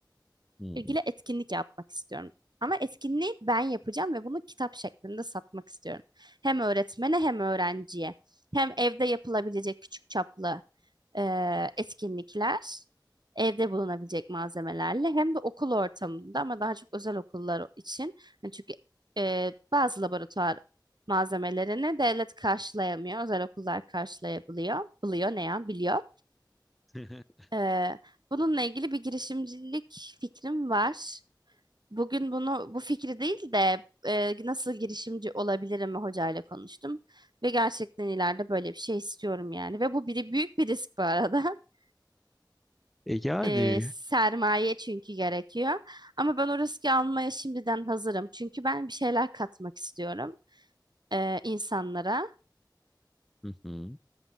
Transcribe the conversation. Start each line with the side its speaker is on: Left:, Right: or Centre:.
Centre: Hmm.
Right: ilgili etkinlik yapmak istiyorum. Ama etkinliği ben yapacağım ve bunu kitap şeklinde satmak istiyorum. Hem öğretmene hem öğrenciye. Hem evde yapılabilecek küçük çaplı e, etkinlikler, evde bulunabilecek malzemelerle hem de okul ortamında ama daha çok özel okullar için. Hani çünkü e, bazı laboratuvar malzemelerini devlet karşılayamıyor, özel okullar karşılayabiliyor, biliyor ne ya biliyor.
Centre: <laughs>
Right: E, bununla ilgili bir girişimcilik fikrim var. Bugün bunu bu fikri değil de e, nasıl girişimci olabilirim hocayla konuştum ve gerçekten ileride böyle bir şey istiyorum yani ve bu biri büyük bir risk bu arada. <laughs>
Centre: E yani
Right: E, sermaye çünkü gerekiyor ama ben o riski almaya şimdiden hazırım çünkü ben bir şeyler katmak istiyorum e, insanlara.
Centre: hı hı.